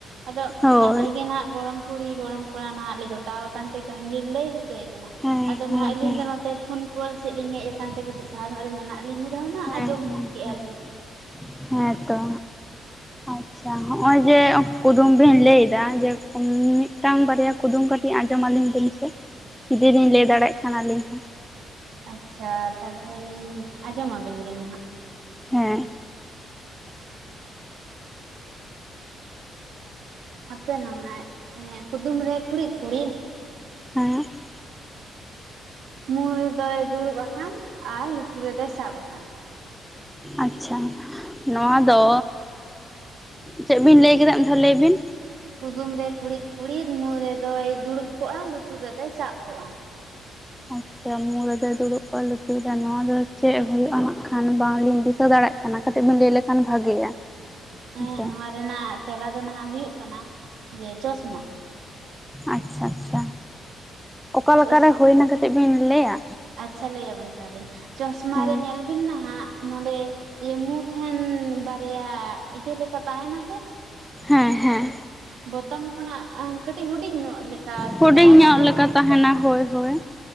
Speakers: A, on the right (about 75°); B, in the centre.
A: ᱟᱫᱚ
B: ᱦᱳᱭ
A: ᱟᱞᱮᱜᱮ ᱱᱟᱸᱜ ᱜᱚᱲᱚᱢ ᱠᱩᱲᱤ ᱜᱚᱲᱚᱢ ᱠᱚᱲᱟ ᱱᱟᱦᱟᱸᱜ ᱞᱮ ᱡᱚᱴᱟᱣ ᱠᱟᱱ ᱛᱮ ᱠᱟᱹᱦᱱᱤ ᱞᱟᱹᱭ ᱦᱚᱪᱚᱭ ᱠᱟᱱᱟ
B: ᱦᱮᱸ
A: ᱟᱫᱚ
B: ᱦᱮᱸ
A: ᱱᱟᱦᱟᱜ ᱟᱹᱞᱤᱧ
B: ᱦᱮᱸ
A: ᱫᱚ ᱱᱚᱛᱮ ᱯᱷᱳᱱ ᱠᱚᱞ ᱥᱮᱫ ᱞᱤᱧ ᱦᱮᱡ ᱠᱟᱱᱛᱮ ᱠᱟᱹᱴᱤᱡ ᱥᱟᱦᱟ ᱧᱚᱜ ᱨᱮ ᱢᱮᱱᱟᱜ ᱞᱤᱧᱟᱹ <inaudible>
B: ᱦᱮᱸ
A: ᱟᱸᱡᱚᱢ
B: ᱦᱮᱸ
A: ᱠᱮᱭᱟᱜ
B: ᱦᱮᱸ
A: ᱵᱤᱱ
B: ᱦᱮᱸᱛᱚ ᱟᱪᱪᱷᱟ ᱦᱚᱜᱼ ᱚᱭ ᱡᱮ ᱠᱩᱫᱩᱢ ᱵᱤᱱ ᱞᱟᱹᱭ ᱫᱟ ᱡᱮ ᱢᱤᱫᱴᱟᱝ ᱵᱟᱨᱭᱟ ᱠᱩᱫᱩᱢ ᱠᱟᱹᱴᱤᱡ ᱟᱸᱡᱚᱢ ᱟᱹᱞᱤᱧ ᱵᱤᱱ ᱥᱮ ᱡᱩᱫᱤ ᱞᱤᱧ ᱞᱟᱹᱭ ᱫᱟᱲᱮᱜ ᱠᱷᱟᱱ ᱟᱹᱞᱤᱧ ᱦᱚᱸ,
A: ᱟᱪᱪᱷᱟ ᱛᱟᱞᱦᱮ ᱞᱤᱧ ᱟᱸᱡᱚᱢᱟᱵᱤᱱ ᱜᱮ ᱱᱟᱦᱟᱜ
B: ᱦᱮᱸ
A: ᱟᱯᱮ ᱱᱟᱦᱟᱜ ᱠᱩᱫᱩᱢ ᱨᱮ ᱠᱩᱬᱤᱫ ᱠᱩᱬᱤᱫ
B: <inaudible>
A: ᱢᱩ ᱨᱮᱫᱚᱭ ᱫᱩᱲᱩᱵ ᱟᱠᱟᱱ ᱟᱨ ᱞᱩᱛᱩᱨ ᱨᱮᱫᱚᱭ ᱥᱟᱵ ᱟᱠᱟᱱ?
B: ᱟᱪᱪᱷᱟ ᱱᱚᱣᱟ ᱫᱚ ᱪᱮᱫ ᱵᱤᱱ ᱞᱟᱹᱭ ᱠᱮᱫᱟ ᱢᱤᱫ ᱫᱷᱟᱣ ᱞᱟᱹᱭ ᱵᱤᱱ
A: ᱠᱩᱫᱩᱢ ᱨᱮ ᱠᱩᱬᱤᱫ ᱠᱩᱬᱤᱫ ᱢᱩ ᱨᱮᱫᱚᱭ ᱫᱩᱲᱩᱵ ᱠᱚᱜᱼᱟ ᱞᱩᱛᱩᱨ ᱨᱮᱫᱚᱭ ᱥᱟᱵ ᱠᱚᱜᱼᱟ?
B: ᱟᱪᱪᱷᱟ ᱢᱩ ᱨᱮᱫᱚᱭ ᱫᱩᱲᱩᱵ ᱠᱚᱜᱼᱟ ᱞᱩᱛᱩᱨ ᱨᱮ ᱱᱚᱣᱟ ᱫᱚ ᱪᱮᱫ ᱦᱩᱭᱩᱜᱼᱟ ᱱᱟᱜᱠᱷᱟᱱ ᱵᱟᱝᱞᱤᱧ ᱫᱤᱥᱟᱹ ᱫᱟᱲᱮᱜ ᱠᱟᱱᱟ ᱠᱟᱹᱴᱤᱡ ᱵᱮᱤᱱ ᱞᱟᱹᱭ ᱞᱮᱠᱷᱟᱱ ᱵᱷᱟᱜᱮᱜᱼᱟ᱾
A: ᱦᱮᱸ
B: ᱦᱮᱸᱥᱮ
A: ᱱᱚᱣᱟ ᱨᱮᱱᱟᱜ ᱛᱮᱞᱟ ᱫᱚ ᱱᱟᱦᱟᱜ ᱦᱩᱭᱩᱜ ᱠᱟᱱᱟ ᱡᱮ ᱪᱚᱥᱢᱟ
B: ᱟᱪᱪᱷᱟ ᱟᱪᱪᱷᱟ ᱚᱠᱟᱞᱮᱠᱟᱨᱮ
A: ᱪᱚᱥ
B: ᱦᱳᱭᱱᱟ ᱠᱟᱹᱴᱤᱡ ᱵᱤᱱ ᱞᱟᱹᱭᱟ
A: ᱟᱪᱪᱷᱟ ᱞᱟᱹᱭ ᱟᱵᱤᱱ ᱠᱟᱱ ᱞᱤᱧ ᱪᱚᱥᱢᱟ
B: ᱦᱮᱸ
A: ᱨᱮ ᱧᱮᱞ ᱵᱤᱱ ᱱᱟᱦᱟᱜ ᱱᱚᱰᱮ ᱤᱭᱟᱹ ᱢᱩᱴᱷᱮᱱ ᱵᱟᱨᱭᱟ ᱤᱭᱟᱹ ᱞᱮᱠᱟ ᱛᱟᱦᱮᱱᱟ ᱥᱮ
B: ᱦᱮᱸ ᱦᱮᱸ
A: ᱵᱳᱛᱟᱢ ᱠᱷᱚᱱᱟᱜ ᱠᱟᱹᱴᱤᱡ ᱦᱩᱰᱤᱧ ᱧᱚᱜ ᱞᱮᱠᱟ ᱟᱨᱠᱤ
B: ᱦᱩᱰᱤᱧ
A: ᱛᱟᱦᱮᱱᱟ
B: ᱧᱚᱜ
A: ᱥᱮ᱾
B: ᱞᱮᱠᱟ ᱛᱟᱦᱮᱱᱟ ᱦᱳᱭ ᱦᱳᱭ